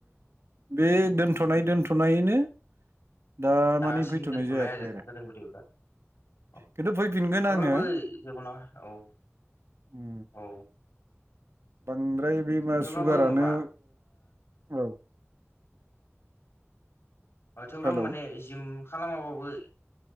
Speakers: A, on the right; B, on the left.
A: बे दोनथ'नाय दोनथ'नायैनो दा
B: दासिम
A: माने फैथ'नाय
B: दोनथ'नाय
A: जायाखै आरो
B: जादों बिदिब्ला औ
A: खिन्थु फैफिनगोन
B: थेवब्लाबो
A: आङो
B: जेबो नङा औ
A: उम
B: औ
A: बांद्राय बे मा
B: थेवब्लाबो
A: सुगारानो
B: माबा
A: औ
B: औ थेवब्लाबो
A: हेलौ
B: माने जिम खालामाबाबो